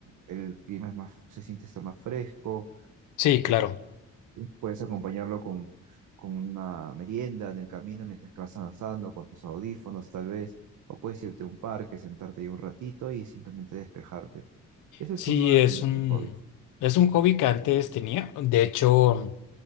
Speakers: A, on the right; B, on the left.
A: el clima es más, se siente está más fresco
B: Sí, claro.
A: Puedes acompañarlo con, con una merienda en el camino mientras que vas avanzando, con tus audífonos tal vez, o puedes irte a un parque, sentarte ahí un ratito y simplemente despejarte. Eso
B: Sí,
A: es uno de
B: es
A: mis
B: un,
A: hobbies.
B: es un hobby que antes tenía. De hecho,